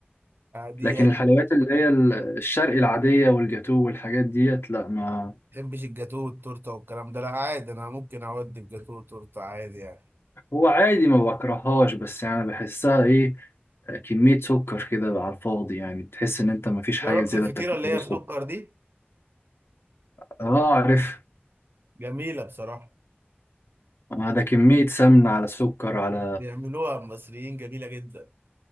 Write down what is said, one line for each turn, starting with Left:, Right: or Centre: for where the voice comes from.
Right: آه، دي
Left: لكن
Right: عيش
Left: الحلويات اللي هي ال- الشرقي العادية والجاتو والحاجات ديت لا ما
Right: ما بحبش الجاتوه والتورته والكلام ده لا عادي انا ممكن اودي في جاتوه وتورته عادي يعني
Left: هو عادي ما بكرههاش بس يعني بحسها ايه كمية سكر كده على الفاضي يعني تحس ان انت ما فيش حاجة
Right: جربت
Left: زيادة
Right: الفطيرة
Left: بتاكلها
Right: اللي هي
Left: بالسكر
Right: بسكر دي
Left: اه عارف
Right: جميلة بصراحة
Left: آه، ده كمية سمنة على سكر على
Right: بيعملوها المصريين جميلة جدا